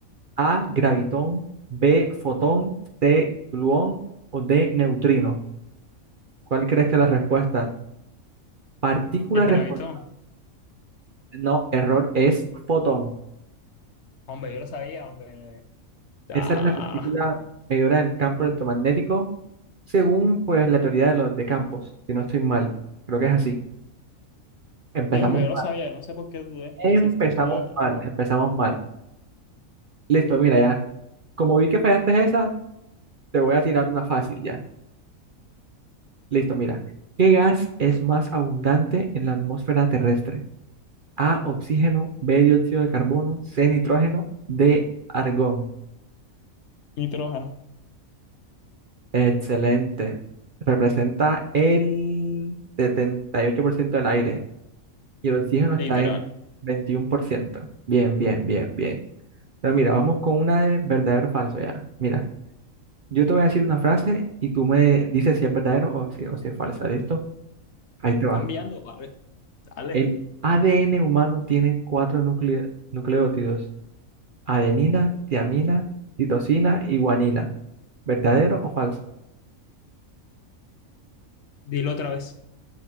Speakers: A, on the right; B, on the left.
A: A, gravitón, B, fotón, C, gluón o D, neutrino. ¿Cuál crees que es la respuesta? Partícula
B: El
A: responsable.
B: gravitón.
A: No, error, es fotón.
B: Hombre, yo lo sabía, hombre. Ah.
A: Esa es la partícula medidora del campo electromagnético, según pues la teoría de los de campos, si no estoy mal. Creo que es así. Empezamos
B: Sí, hombre, yo lo
A: mal,
B: sabía. No sé por qué dudé.
A: empezamos
B: Me hiciste dudar.
A: mal, empezamos mal. Listo, mira ya. Como vi que fallaste esa, te voy a tirar una fácil ya. Listo, mira. ¿Qué gas es más abundante en la atmósfera terrestre? A, oxígeno, B, dióxido de carbono, C, nitrógeno, D, argón.
B: Nitrógeno.
A: Excelente. Representa el 78% del aire y el oxígeno está
B: Literal.
A: en veintiuno por ciento Bien, bien, bien, bien. Pero mira, vamos con una de verdadero o falso ya. Mira, yo te voy a decir una frase y tú me dices si es verdadero o si, o si es falsa. ¿Listo? Ahí te va.
B: Cambiando, vale. Dale.
A: El ADN humano tiene cuatro núcle- nucleótidos. Adenina, tiamina, citosina y guanina. ¿Verdadero o falso?
B: Dilo otra vez.